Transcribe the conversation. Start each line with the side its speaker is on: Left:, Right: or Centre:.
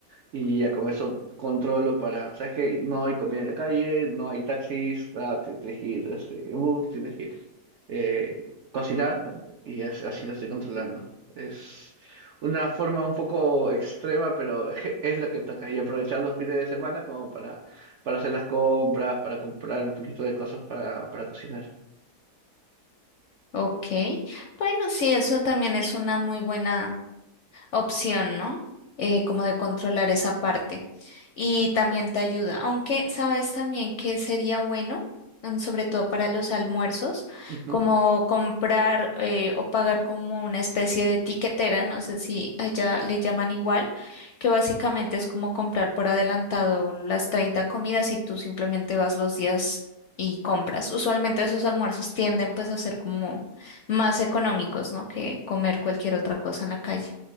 Right: Y ya con eso controlo para, ¿sabes qué? No hay comida en la calle, no hay taxis, ah, ti- tienes que ir este, en bus, tienes que eh, cocinar y as- así lo estoy controlando. Es una forma un poco extrema, pero <laughs> es lo que toca. Y aprovechar los fines de semana como para, para hacer las compras, para comprar un poquito de cosas para, para cocinar.
Left: Ok, bueno, sí, eso también es una muy buena opción, ¿no? Eh, como de controlar esa parte. y también te ayuda. Aunque sabes también que sería bueno, mm, sobre todo para los almuerzos,
Right: Ujú.
Left: como comprar eh, o pagar como una especie de tiquetera, no sé si allá le llaman igual, que básicamente es como comprar por adelantado las 30 comidas y tú simplemente vas los días y compras. Usualmente esos almuerzos tienden pues a ser como más económicos, ¿no? Que comer cualquier otra cosa en la calle.